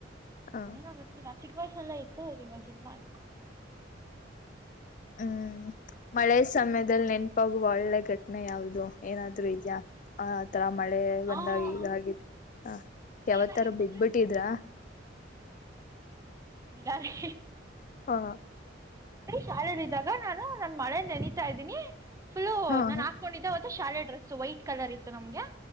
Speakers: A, on the left (about 45°); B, on the right (about 15°).
A: ಹ
B: ಏನ ಬರ್ತೀರಾ. ಚಿಕ್ಕ ವಯಸ್ಸಲ್ಲೇ ಇತ್ತು ಅದರ ಇವಾಗಿಲ ಆ ಎಪ್ಪ.
A: ಹ್ಮ್ ಮಳೆ ಸಮಯದಲ್ಲಿ ನೆನಪಾಗ ಒಳ್ಳೆ ಘಟನೆ ಯಾವುದು? ದು ಏನಾದ್ರು ಇದೆಯಾ ಆ ತರ. ಮಳೆ ಬಂದಾಗ
B: ಹಾಂ
A: ಈಗ ಆಗಿದೆ. ಹ ಯಾವತ್ರ
B: ಏನಾಗಿತ್ತು
A: ಬಿದ್ದಬಿಟ್ಟಿದ್ರ.
B: ಇಲ್ಲಾ ರೀ.
A: ಹಾ
B: ಶಾಲೆಲಿ ಇದ್ದಾಗ ನಾನು ನಾನ್ ಮಳೆಲಿ ನೆನಿತಾ ಇದಿನಿ. ಫುಲ್ಲ
A: ಹಾ
B: ನಾನ್
A: ಹ
B: ಹಾಕೊಂಡಿದ್ದ. ಶಾಲೆ ಡ್ರೆಸ ವೈಟ್ ಕಲರ್ ಇತ್ತು ನಮ್ಗೆ